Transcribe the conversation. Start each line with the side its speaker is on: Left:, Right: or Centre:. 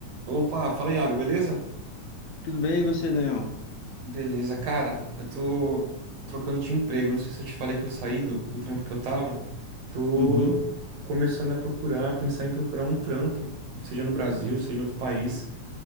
Right: Opa, fala Iago, beleza?
Left: Tudo bem, e você, Daniel?
Right: Beleza, cara, eu tô trocando de emprego. Não sei se eu te falei que eu saí do, do trampo que eu tava. Tô
Left: Uhum.
Right: começando a procurar, pensar em procurar um trampo, seja no Brasil, seja em outro país.